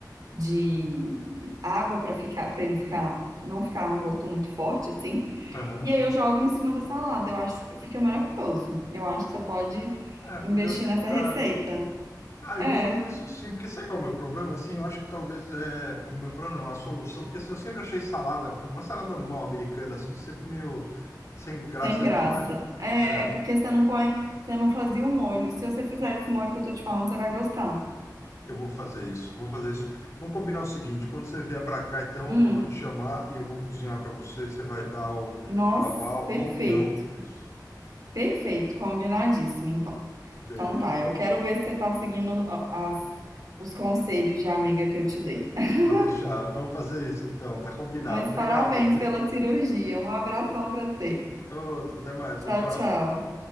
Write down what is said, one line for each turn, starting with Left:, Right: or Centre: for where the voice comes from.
Right: de água pra ficar, para ele ficar, não ficar um gosto muito forte, assim.
Left: Aham.
Right: E aí eu jogo em cima da salada. Eu acho que fica maravilhoso. Eu acho que você pode
Left: É,
Right: investir
Left: podia tentar,
Right: nessa receita.
Left: né? Ah, eu
Right: É,
Left: vou fazer isso sim, porque sabe qual é o meu problema? Assim, eu acho que talvez é o meu problema, não, a solução, porque assim, eu sempre achei salada, uma salada normal americana, assim, sempre meio sem graça
Right: sem graça.
Left: demais.
Right: É,
Left: É,
Right: é porque você não põe, você não fazia o molho. Se você fizer esse molho que eu tô te falando, você vai gostar.
Left: eu vou fazer isso, vou fazer isso. Vamos combinar o seguinte: quando você vier para cá, então
Right: Hum,
Left: eu vou te chamar e eu vou cozinhar para você, você vai dar o,
Right: nossa,
Left: o aval
Right: perfeito.
Left: ou não disso.
Right: Perfeito, combinadíssimo, então.
Left: Beleza,
Right: Então tá, eu
Left: então.
Right: quero ver se você tá seguindo a- as- os conselhos de amiga que eu te dei. <laughs>
Left: Pode deixar, vamos fazer isso então, tá combinado.
Right: Mas
Left: Obrigado,
Right: parabéns
Left: viu?
Right: pela cirurgia. Um abração pra você.
Left: Outro, até mais,
Right: Tchau,
Left: tchau, tchau.
Right: tchau.